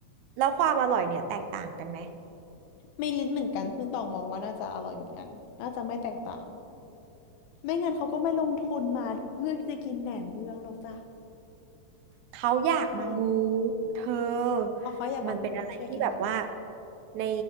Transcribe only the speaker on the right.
แล้วความอร่อยเนี่ยแตกต่างกันไหม
เขาอยากมามู
เธอ
มันเป็นอะไรที่แบบว่าใน